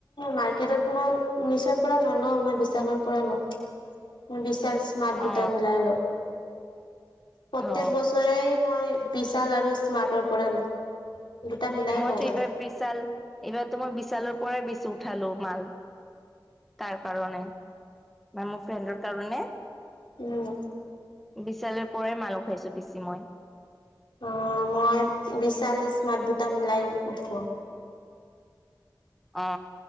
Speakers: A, on the left; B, in the centre.
A: মাৰ্কেটত মই মিচৰ পৰা নলও মই বিশালৰ পৰা লওঁ। বিশাল স্মাৰ্ট বুটাৰ
B: অ
A: মিলাইলৈ প্ৰত্যেক
B: অ
A: বছৰেই মই বিশাল আৰু স্মাৰ্টৰ পৰা লওঁ। দুটা মিলাই
B: মইতো
A: লওঁ
B: এইবাৰ
A: মানে।
B: বিশাল এইবাৰো মই বিশালৰ পৰাই বিচি উঠালো মাল। তাৰ কাৰণে ম মোৰ ফ্ৰেণ্ডৰ কাৰণে।
A: উম,
B: বিশালৰ পৰাই মালুহ খাইছো পছি মই
A: অহ মই বিশাল স্মাৰ্ট দুটা মিলাই উঠোৱা।
B: অ